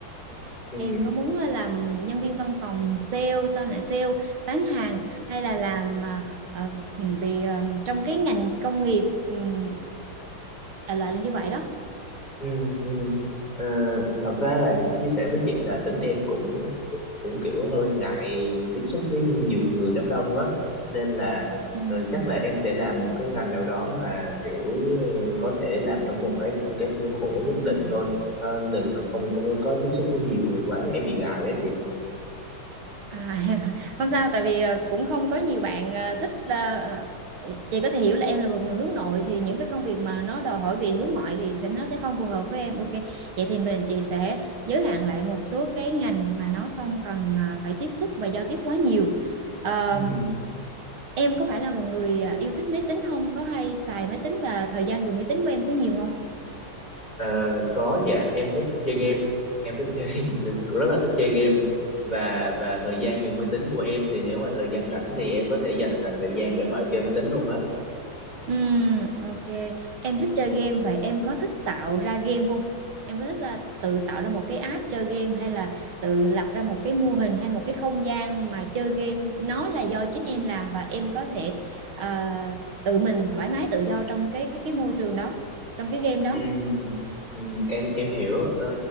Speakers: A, on the left; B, on the right.
A: Ừ,
B: Em có muốn ờ, làm nhân viên văn phòng sale sau này sale bán hàng hay là làm ờ, ờ, về ờ, trong cái ngành công nghiệp um, đại loại là như vậy đó.
A: ừ, ừ. Ờ, thật ra là cũng chia sẻ với chị là tính em cũng cũng, cũng kiểu hơi ngại tiếp xúc với nhiều người đám đông á nên là
B: Ừm.
A: ờ, chắc là em sẽ làm một cái ngành nào đó mà kiểu ờ, có thể làm trong một cái cái khuôn khổ nhất định thôi Ờ, đừng có- không không có có tiếp xúc với nhiều người quá em bị ngại á chị
B: À, <laughs> không sao tại vì ờ, cũng không có nhiều bạn ờ, thích là ờ, chị có thể hiểu là em là một người hướng nội thì những cái công việc mà nó đòi hỏi về hướng ngoại thì sẽ- nó sẽ không phù hợp với em. Ok. Vậy thì mình chị sẽ giới hạn lại một số cái ngành mà nó không cần ờ, phải tiếp xúc và giao tiếp quá nhiều. Ờ,
A: ừ
B: Em có phải là một người à, yêu thích máy tính không? Có hay xài máy tính và thời gian dùng máy tính của em có nhiều không?
A: Ờ, có dạ em thích chơi game em thích chơi <laughs> rất là thích chơi game và và thời gian dùng máy tính của em thì nếu mà thời gian rảnh thì em có thể dành toàn thời gian để mà chơi máy tính luôn á
B: Ừm, ok. Em thích chơi game vậy em có thích tạo ra game không? Em có thích là tự tạo ra một cái app chơi game hay là tự lập ra một cái mô hình hay một cái không gian mà chơi game nó là do chính em làm và em có thể à, tự mình thoải mái tự do trong cái cái cái môi trường đó, trong cái game
A: Ừ, ừ, em em hiểu ờ,